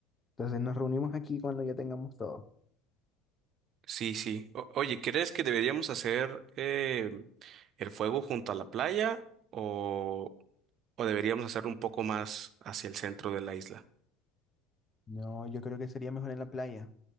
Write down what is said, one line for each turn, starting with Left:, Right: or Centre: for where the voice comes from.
Left: Entonces nos reunimos aquí cuando ya tengamos todo.
Right: Sí, sí. O- oye, ¿crees que deberíamos hacer eh, el fuego junto a la playa o, o deberíamos hacerlo un poco más hacia el centro de la isla?
Left: No, yo creo que sería mejor en la playa,